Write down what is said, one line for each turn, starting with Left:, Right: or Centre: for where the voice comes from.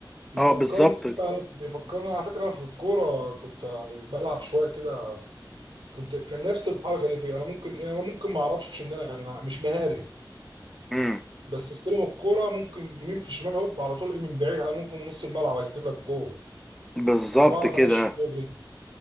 Right: بيفكرني
Centre: اه بالظبط
Right: لسه أنا- بيفكرني على فكره أنا في الكوره كنت يعني بلعب شويه كده كنت كان نفس الحركه دي فيا انا ممكن إيه، انا ممكن ما اعرفش ان انا يعني مع- مش مهاري
Centre: امم
Right: بس استلم الكوره ممكن يمين في شمال هوب على طول ايه من بعيد انا ممكن من نص الملعب اجيب لك جوه
Centre: بالظبط
Right: يعني بعرف
Centre: كده
Right: انشن قوي برجلي